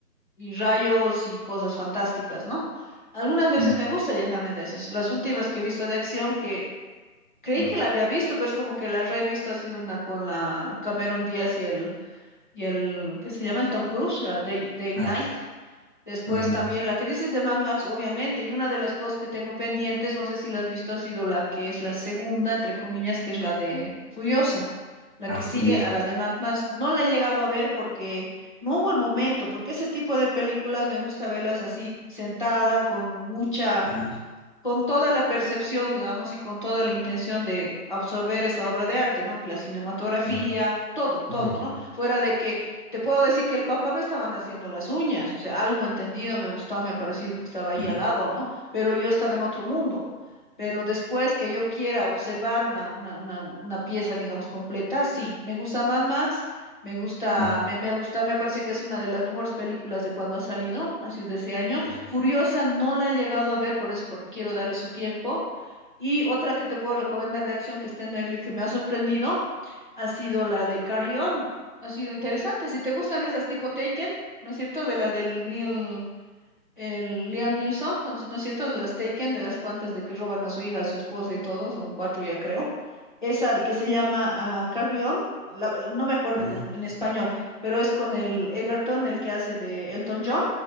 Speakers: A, on the left; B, on the right.
A: y rayos y cosas fantásticas, ¿no? Algunas veces
B: Mm,
A: me gusta llenarme de esas. Las últimas que he visto de acción que Creí
B: mm,
A: que la había visto, pero es como que la revisto ha sido una con la Cameron Díaz y el, y el, ¿qué se llama? El Tom Cruise, la de, de Ignite.
B: Ah, está.
A: Después
B: Ajá.
A: también la que dices de Mad Max, obviamente, y una de las cosas que tengo pendientes, no sé si la has visto, ha sido la que es la segunda, entre comillas, que es la de Furiosa, la
B: Ah,
A: que sigue
B: Furiosa.
A: a la de Mad Max. No la he llegado a ver porque no hubo el momento, porque ese tipo de películas me gusta verlas así sentada, con mucha
B: Ah,
A: con toda la percepción, digamos, y con toda la intención de absorber esa obra de arte, ¿no? Que la cinematografía,
B: ya,
A: todo, todo,
B: ya,
A: ¿no?
B: ya,
A: Fuera de que te puedo decir que el papá me estaban haciendo las uñas, o sea, algo entendido, me gustó, me ha parecido porque estaba ahí
B: ah,
A: al lado, ¿no? Pero yo estaba en otro mundo. Pero después que yo quiera observar una, una, una, una pieza, digamos, completa, sí, me gusta Mad Max me gusta,
B: ah,
A: me, me ha gustado, me parece que es una de las mejores películas de cuando ha salido, así de ese año.
B: sí.
A: Furiosa no la he llegado a ver por eso, porque quiero darle su tiempo. Y otra que te puedo recomendar de acción que está en Netflix que me ha sorprendido ha sido la de Carrion. Ha sido interesante. Si te gustan esas tipo Taken, ¿no es cierto? De la del Neil. El Liam Neeson, ¿no, no es cierto? De las Taken, de las cuantas de que roban a su hija, a su esposa y todo, son cuatro ya creo. Esa de que se llama ah, Carry On, la- la- no me acuerdo
B: Ah,
A: en, es- en español, pero es con el Egerton, el que hace de Elton John.